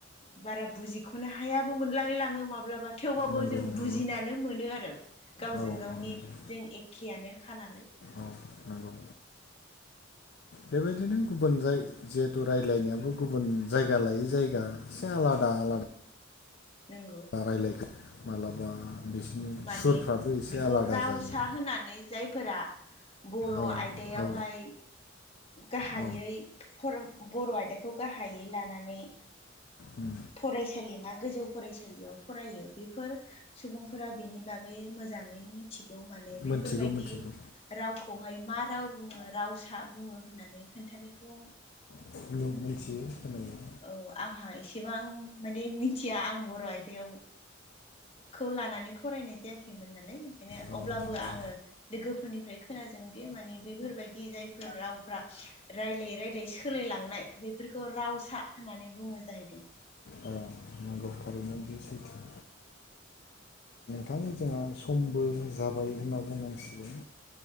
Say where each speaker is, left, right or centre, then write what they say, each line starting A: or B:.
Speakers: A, on the left (about 30°); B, on the left (about 55°).
A: बारा बुजिख'नो हायाबो मोनलाय लाङो माब्लाबा थेवबाबो
B: नंगौ
A: जों
B: नंगौ
A: बुजिनानै मोनो आरो गावजों
B: औ
A: गावनि
B: नंगौ
A: जों एखेयानोखा नालाय
B: औ नंगौ बेबायदिनो गुबुन जाय जिहेथु रायज्लायनायाबो गुबुन जायगा लायै जायगा एसे आलादा आलाद
A: नंगौ
B: रायलायगोन मालाबा बिसोरनि
A: माने
B: सुरफ्राबो एसे
A: बेखौ
B: आलादा
A: रावसा
B: जायो
A: होनानै जायफोरा बर'
B: औ
A: आयदायावहाय
B: औ
A: गाहायै
B: औ
A: फरम बर' आयदाखौ गाहायै लानानै
B: उम
A: फरायसालि मा गोजौ फरायसालियाव फरायो बेफोर सुबुं फोरा बेनि बागै मोजाङै मिथिगौ माने बेफोरबायदि
B: मोनथिगौ मोनथिगौ
A: रावखौहाय मा राव बुङो रावसा बुङो होननानै खोनथानायखौ
B: <unintelligible> मोनथियो होननाया
A: औ आंहा एसेबां माने मिथिया आं बर' आयदायाव खौ लानानै फरायनाय जायाखैमोन नालाय ओंखायनो
B: औ
A: अब्लाबो
B: नंगौ
A: आङो लोगोफोरनिफ्राय खोनाजोंदि माने बेफोरबायदि जायफोर रावफ्रा रायलायै रायलायै सोलायलांनाय बेफोरखौ रावसा होननानै बुङो जाहैदों।
B: औ नंगौ थारैनो बेयो सैथो। बिथां जोंहा समबो जाबाय होनना बुंनांसिगोन।